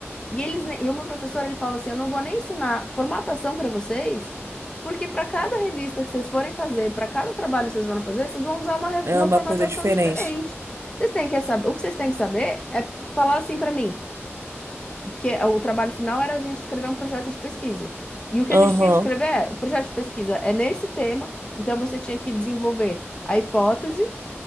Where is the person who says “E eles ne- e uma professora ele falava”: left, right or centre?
Left